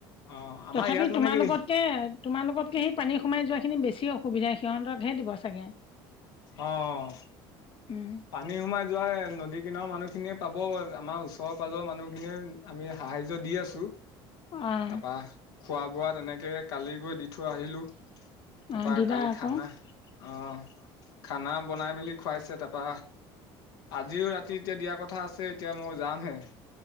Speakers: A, on the left; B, on the left.
A: অ আমাৰ
B: তথাপি
A: ইয়াত মানে
B: তোমাৰ
A: কি
B: লগতকে- তোমালোকতক সেই পানী সমাই যোৱাখিনি বেছি অসুবিধা সিহঁতক হে দিব চাগে।
A: অঁহ।
B: উম।
A: পানী সোমাই যোৱ নদী কিনাৰ মানুহখিনিয়ে পাব আমাৰ ওচৰ পাজৰ মানুহখিনিয়ে। আমি সাহাৰ্য্য দি আছোঁ।
B: অঁ
A: তাৰাপা খোৱা বোৱা তেনেকে কালি গৈ দি থৈ আহিলো। তাৰাপা
B: অঁ দিবা
A: কালি
B: আকৌ
A: খানা, অ খানা বনাই মেলি খুৱাইছে তাৰা পা, আজিও ৰাতি এতিয়া দিয়া কথা আছে এতিয়া মই যামহে।